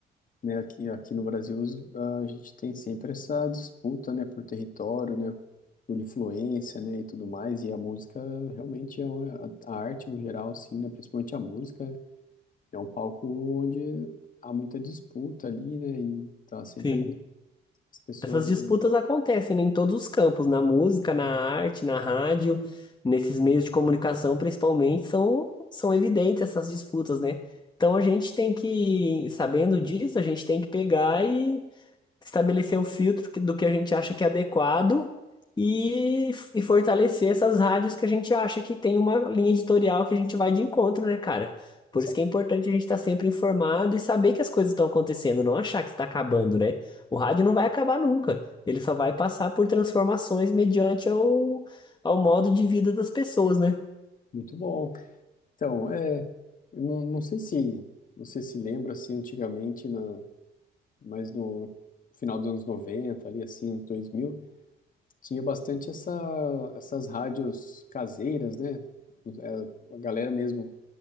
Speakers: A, on the left (about 40°); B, on the left (about 20°).
A: né? Aqui, aqui no Brasil os- a gente tem sempre essa disputa, né, por território, né, por influência, né, e tudo mais. E a música realmente é uma, a arte no geral, assim, né, principalmente a música é um palco onde há muita disputa ali, né, e tá sempre
B: Sim.
A: as pessoas.
B: Essas disputas acontecem, né, em todos os campos, na música, na arte, na rádio, nesses meios de comunicação, principalmente, são, são evidentes essas disputas, né? Então a gente tem que, sabendo disso, a gente tem que pegar e estabelecer o filtro que- do que a gente acha que é adequado e, e fortalecer essas rádios que a gente acha que tem uma linha editorial que a gente vai de encontro, né, cara? Por
A: Exato.
B: isso que é importante a gente estar sempre informado e saber que as coisas estão acontecendo, não achar que está acabando, né? O rádio não vai acabar nunca. Ele só vai passar por transformações mediante ao, ao modo de vida das pessoas, né?
A: Muito bom. Então, é, eu não, não sei se você se lembra assim antigamente na, mas no final dos anos 90 ali assim, anos dois mil Tinha bastante essa, essas rádios caseiras, né? É, A galera mesmo